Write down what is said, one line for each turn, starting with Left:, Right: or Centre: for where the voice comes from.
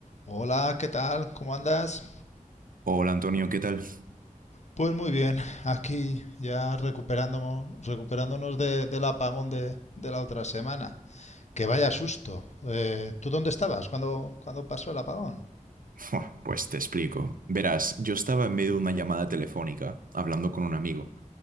Left: Hola, ¿qué tal? ¿Cómo andas?
Right: Hola Antonio, ¿qué tal?
Left: Pues muy bien, aquí ya recuperándonos, recuperándonos de- del apagón de, de la otra semana. Que vaya susto. Eh, ¿tú dónde estabas cuando, cuando pasó el apagón?
Right: Buah, Pues te explico. Verás, yo estaba en medio de una llamada telefónica hablando con un amigo